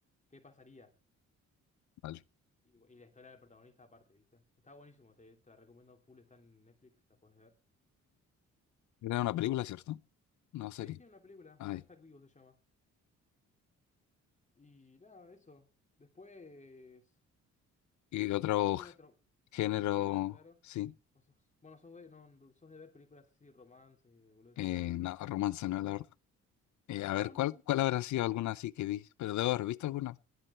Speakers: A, on the left; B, on the left.
A: ¿Qué pasaría?
B: vale.
A: Y, y la historia del protagonista aparte, ¿viste? Está buenísimo, te, te la recomiendo full, está en Netflix, la puedes ver.
B: Era una película, ¿cierto? No,
A: Sí,
B: serie.
A: sí, una película,
B: Ay,
A: hashtag vivo se llama. Y nada, eso. Después,
B: y otro
A: algún otro,
B: género,
A: otro género, claro.
B: sí.
A: O sos- bueno, sos de, no, no, sos de ver películas así, romance, boludeces
B: Eh,
A: así.
B: no, romance, no, la verdad. Eh, a ver,
A: No, no,
B: ¿cuál, cuál habrá sido alguna
A: es,
B: así que vi? Pero debo haber visto alguna.